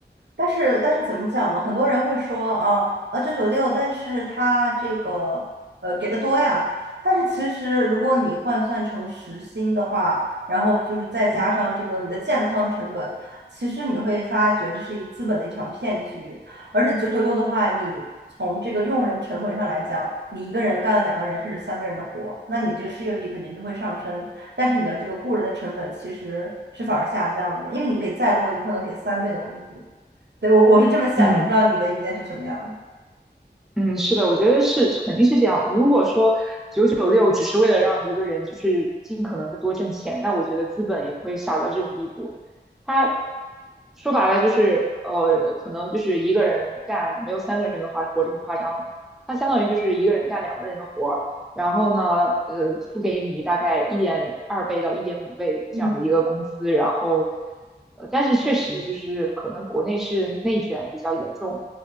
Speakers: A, on the right; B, in the centre.
A: 但是但是怎么讲呢？很多人会说啊啊九九六，九九六但是他这个呃给的多呀。但是其实如果你换算成时薪的话，然后就是再加上这个你的健康成本，
B: 嗯
A: 其实你会发觉这是一资本的一场骗局。而且九九六的话，你从这个用人成本上来讲，你一个人干了两个人甚至三个人的活，那你这个失业率肯定就会上升。但是你的这个雇人的成本其实是反而下降的，因为你给再多，你不可能给三倍的工资。对，我我是这么想的，
B: 嗯。
A: 我不知道你的意见是什么样的。
B: 嗯，是的，我觉得是肯定是这样。如果说九九六只是为了让一个人就是尽可能的多挣钱，那我觉得资本也不会傻到这种地步。他说白了就是呃，可能就是一个人干没有三个人的话活这么夸张。他相当于就是一个人干两个人的活儿，然后呢，呃，付给你大概一点二倍到一点五倍这样的一个工资，
A: 嗯，
B: 然后呃，但是确实就是可能国内是内卷比较严重。